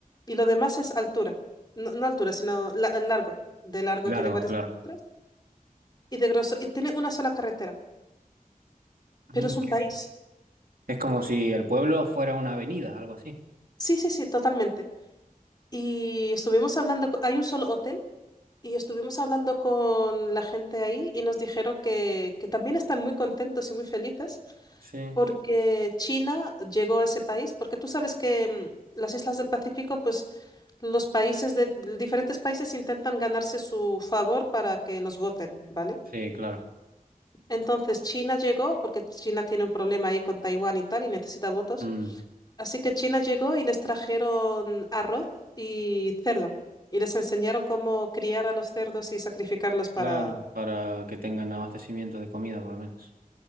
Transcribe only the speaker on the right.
Largo,
claro.
Mm,
qué
bien. Es como si el pueblo fuera una avenida, algo así.
Sí,
sí, claro.
Mm,
claro, para que tengan abastecimiento de comida por lo menos.